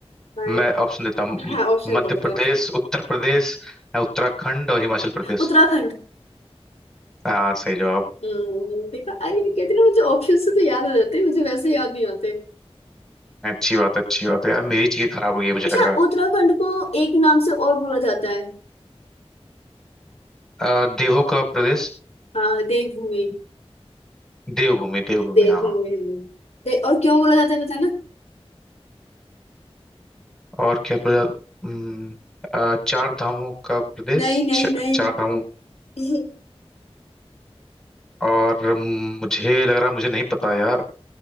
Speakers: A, on the left; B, in the centre.
A: कहाँ है,
B: मैं
A: कहाँ
B: ऑप्शन देता हूँ म-
A: है? हाँ ऑप्शन
B: मध्य
A: दो बताते
B: प्रदेश
A: हैं।
B: उत्तर प्रदेश उत्तराखंड और हिमाचल प्रदेश
A: उत्तराखंड
B: हाँ सही जवाब
A: उम्म, देखा अरे मैं कहती ना मुझे ऑप्शन से तो याद आ जाते हैं मुझे वैसे याद नहीं आते
B: अच्छी बात है अच्छी बात है यार मेरी चीजें खराब हो गई है मुझे
A: अच्छा
B: लग रहा
A: उत्तराखंड को एक नाम से और बोला जाता है
B: है अ, देवों का प्रदेश
A: हाँ देवभूमि
B: देवभूमि देवभूमि
A: देवभूमि
B: हाँ
A: हम्म। दे, और क्यों बोला जाता है पता ना
B: और क्या प्रदेश चार धामों का प्रदेश
A: नहीं नहीं
B: च,
A: नहीं
B: चार धामों
A: <laughs>
B: और हम्म, मुझे लग रहा है मुझे नहीं पता यार